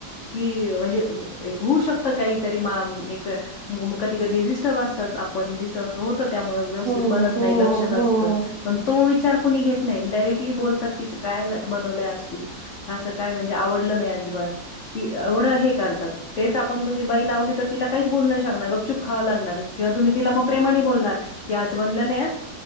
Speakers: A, on the left; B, on the right.
A: की म्हणजे अ ज एक घोऊ शकत काय इ तरी माम एक मोम कधी कधी डिस्टर्ब असतात आपण डिस्टर्बत असं हो त त्यामुळे व्यवस्थित
B: हो
A: बनत
B: हो
A: नाही लक्ष नसततं
B: हो.
A: पण तो विचार कोणी घेत नाही डायरेक्टली बोलतातच की काय बनवलंय आज तू असं काय म्हणजे आवडलं नाही अजिबात की एवढं हे करतात तेच आपण तुम्ही बाई लावली तर तिला काहीच बोलू शकणार गप चूप खावं लागणार किंवा तुम्ही तिला म प्रेमानी बोलणार की आज बनलं नाही हा.